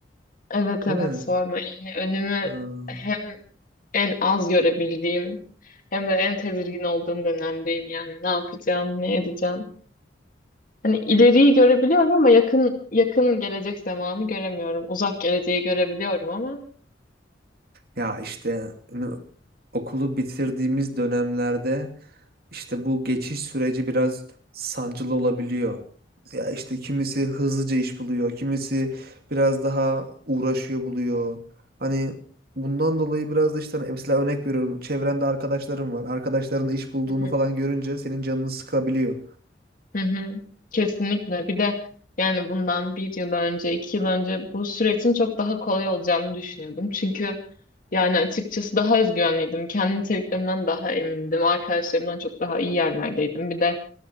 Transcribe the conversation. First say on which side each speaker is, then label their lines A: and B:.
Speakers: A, on the left; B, on the right.
A: Evet
B: Değil
A: evet
B: mi?
A: sorma. Yani önümü
B: Aa.
A: hem en az görebildiğim hem de en tedirgin olduğum dönemdeyim yani. Ne yapacağım, ne edeceğim. Hani ileriyi görebiliyorum ama yakın yakın gelecek zamanı göremiyorum. Uzak geleceği görebiliyorum ama
B: Ya işte ünü- okulu bitirdiğimiz dönemlerde işte bu geçiş süreci biraz sancılı olabiliyor. Ya işte kimisi hızlıca iş buluyor, kimisi biraz daha uğraşıyor buluyor. Hani bundan dolayı biraz da işte hani mesela örnek veriyorum. Çevrende arkadaşlarım var. Arkadaşların iş bulduğunu
A: Hı hı.
B: falan görünce senin canını sıkabiliyor.
A: Hı hı. Kesinlikle. Bir de yani bundan bir yıl önce, iki yıl önce bu sürecin çok daha kolay olacağını düşünüyordum. Çünkü yani açıkçası daha özgüvenliydim. Kendi niteliklerimden daha emindim. Arkadaşlarımdan çok daha iyi yerlerdeydim. Bir de